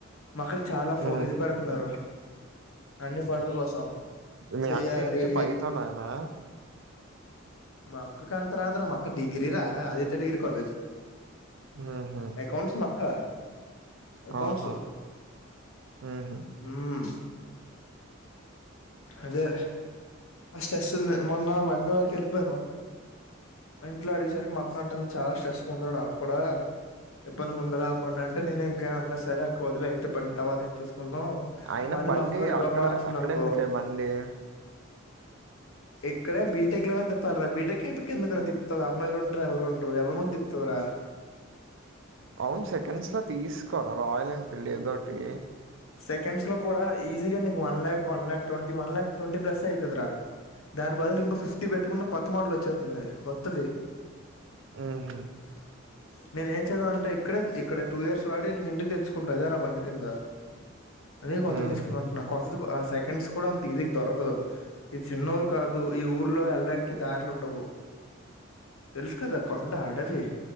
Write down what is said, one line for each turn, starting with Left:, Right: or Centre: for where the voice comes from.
Left: మక్కకి చాలా ఫో
Right: హుహు.
Left: ఇది పెడుతున్నారు అన్ని పనుల కోసం
Right: మీ
Left: చెయ్యాలి
Right: అక్క ఏంటి పైథాన్ నేనా
Left: మక్కకు అంతారద్ర మక్క డిగ్రీరా ఆదిత్య డిగ్రీ కాలేజ్
Right: హుహు.
Left: అకౌంట్స్ మాక్క అకౌంట్స్
Right: ఆహా! హుహు.
Left: హ్మ్ అదే మస్త్ స్ట్రెస్ ఉంది మొన్న బండి వారికి వెళ్ళపోయిన ఇట్లా అడిగేసరికి మక్క అంటుంది చాలా స్ట్రెస్ గా ఉంది నాకు కూడా ఇబ్బంది ఉంది అకౌంట్ అంటే నేను ఇంకా అన్న సరే ఓడిలేయ్ అయితే బండి తర్వాతైన తీసుకు కొందం
Right: అయినా
Left: మళ్ళీ
Right: బండి
Left: మాక్క కూడా జాబ్
Right: అక్కడ
Left: మానేసింది
Right: అక్కడెందుకే
Left: అనుకో
Right: బండి?
Left: ఇక్కడే బీటెక్ లోనే తిప్పాలరా బీటెక్ ఎందుకు తిప్ప వ అమ్మాయిలు ఉండ్రూ ఎవరు ఉండ్రూ ఎవరి ముందు తిప్పుతవు రా
Right: అవును సెకండ్స్ లో తీసుకోరా రాయల్ ఎన్ఫీల్డ్ ఏదోటి
Left: సెకండ్స్ లో కూడా ఈజీగా నీకు one lakh one lakh twenty one lakh twenty plus అవుతుంది రా దాని బదులు ఇంకో ఫిఫ్టీ పెట్టుకంటే కొత్త మోడల్ వచ్చేతుంది కొత్తది
Right: హుహు.
Left: అ నేను ఏం చేదావ అంటే ఇక్కడే ఇక్కడ టూ ఇయర్స్ వాడి ఇ ఇంటికి తెచ్చుకుంటా అదే నా బండి కింద అదే కొత్తది
Right: హుహు.
Left: తీసుకొందాం అంటున్నా కొత్తది సెకండ్స్ కూడా అంత ఈజీ గా దొరకదు ఈ చిన్న ఊరు కాదు ఈ ఊర్లో వెళ్డానికి దారిలు ఉండవు తెలుసు కదా కొండ అడవి